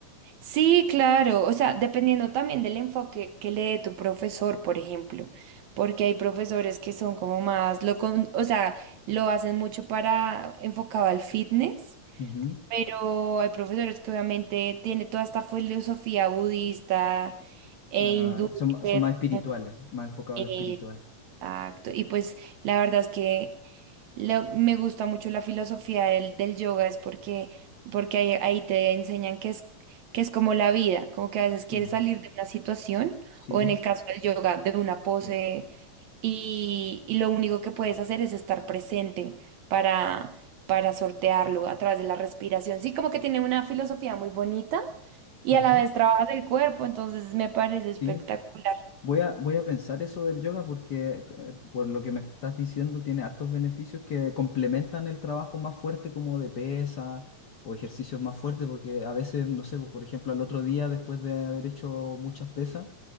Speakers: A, on the right; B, on the left.
A: sí, claro, o sea, dependiendo también del enfoque que le dé tu profesor, por ejemplo, porque hay profesores que son como más, lo con- o sea, lo hacen mucho para enfocado al fitness,
B: Ujú.
A: pero hay profesores que obviamente tiene toda esta filosofía budista e
B: Ah,
A: hindú.
B: son, ma-
A: que
B: son
A: es
B: más espirituales,
A: como-
B: más enfocados
A: eh,
B: en lo espiritual.
A: Exacto, y pues la verdad es que Lo- me gusta mucho la filosofía del, del yoga, es porque, porque ahí, ahí te enseñan que es, que es como la vida, como que a veces quieres
B: Mm,
A: salir de una situación
B: sí,
A: o en el caso del yoga, de una pose
B: lo-
A: y, y lo único que puedes hacer es estar presente para, para sortearlo a través de la respiración. Sí, como que tiene una filosofía muy bonita y
B: ajá,
A: a la vez trabajas el cuerpo, entonces me parece espectacular.
B: sí. Voy a, voy a pensar eso del yoga porque eh, por lo que me estás diciendo tiene hartos beneficios que complementan el trabajo más fuerte como de pesa o ejercicios más fuertes porque a veces, no sé, pues, por ejemplo, al otro día después de haber hecho muchas pesas,